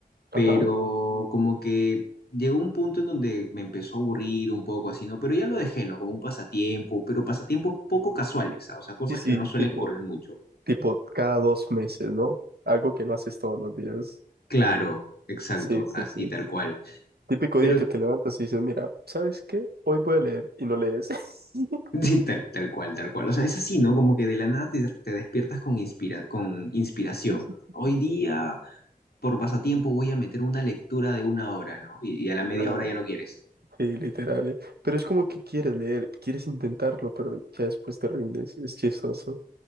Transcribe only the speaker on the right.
Ajá.
Sí, sí,
tipo,
tipo cada dos meses, ¿no? Algo que no haces todos los días.
Sí, sí,
sí.
Típico
día que te levantas y dices, mira, ¿sabes qué? Hoy voy a leer y no lees. <laughs>
Sí, sí,
sí,
sí,
Claro.
Sí, literal. eh. Pero es como que quieres leer, quieres intentarlo, pero ya después te rindes. Es chistoso.